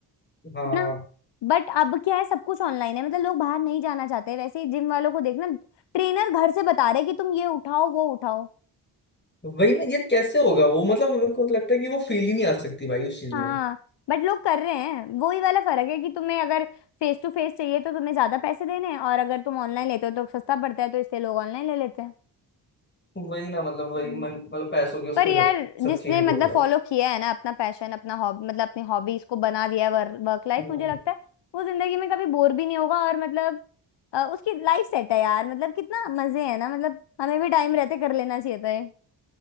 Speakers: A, on the left; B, on the left.
A: हाँ
B: है ना बट अब क्या है सब कुछ ऑनलाइन है मतलब लोग बाहर नहीं जाना चाहते वैसे ही जिम वालों को देखना ट्रेनर घर से बता रहे कि तुम ये उठाओ वो उठाओ
A: वही ना यार कैसे होगा वो मतलब मेरे को लगता है कि वो फील ही नहीं आ सकती भाई उस चीज
B: हाँ
A: में
B: बट लोग कर रहे हैं वो ही वाला फर्क है कि तुम्हें अगर फेस टू फेस चाहिए तो तुम्हें ज्यादा पैसे देने हैं और अगर तुम ऑनलाइन लेते हो तो सस्ता पड़ता है तो इसलिए लोग ऑनलाइन ले लेते
A: वही ना मतलब वही
B: हैं
A: मन मतलब पैसों के उस
B: पर
A: पे
B: यार
A: कर- सब
B: जिसने
A: चेंज
B: मतलब
A: हो गया
B: फॉलो
A: है
B: किया है ना अपना पैशन अपना हॉबी मतलब अपनी हॉबी इसको बना दिया है वर्क लाइफ
A: हम्म,
B: मुझे लगता है वो जिंदगी में कभी बोर भी नहीं होगा और मतलब अ, उसकी लाइफ सेट है यार मतलब कितना मजे है ना मतलब हमें भी टाइम रहते कर लेना चाहिए था ये।